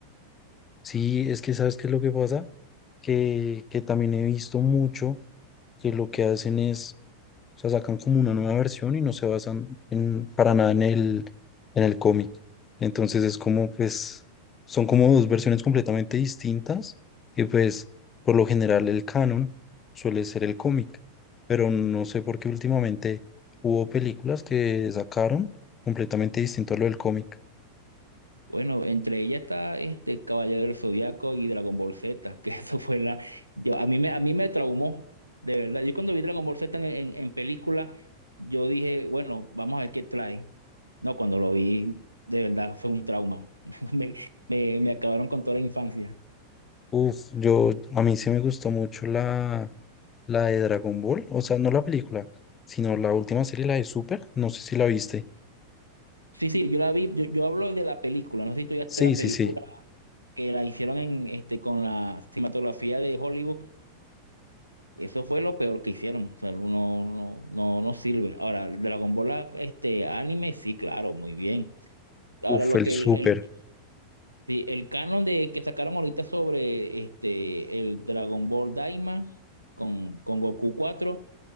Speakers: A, on the left; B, on the right.
A: Sí, es que ¿sabes qué es lo que pasa? Que, que también he visto mucho que lo que hacen es O sea, sacan como una nueva versión y no se basan en, para nada en el, en el cómic. Entonces es como, pues, son como dos versiones completamente distintas y pues, por lo general el canon suele ser el cómic, pero no sé por qué últimamente hubo películas que sacaron completamente distinto a lo del cómic.
B: Bueno, entre ellas está este Caballero del Zodiaco y Dragon Ball Z, <laughs> que eso fue la... Yo, a mí me, a mí me traumó, de verdad. Yo cuando vi Dragon Ball Z en, en, en película, yo dije, bueno, vamos a ver qué trae. No, cuando lo vi, de verdad fue un trauma. <laughs> Me, me, me acabaron con toda la infancia.
A: Uf, yo, a mí sí me gustó mucho la, la de Dragon Ball, o sea, no la película, sino la última serie, la de Super, no sé si la viste.
B: Sí, sí, yo la vi, yo, yo hablo de la película, no sé si tú ya viste
A: Sí,
B: la
A: sí,
B: película
A: sí.
B: que la hicieron en, este, con la cinematografía de Hollywood. Eso fue lo peor que hicieron. O sea, no, no, no, no sirve. Ahora, Dragon Ball, ah, este anime, sí, claro, muy bien. Ahora,
A: Uf,
B: lo
A: el
B: que
A: súper,
B: el, el, sí, el canon de que sacaron ahorita sobre este el Dragon Ball Daima con, con Goku 4,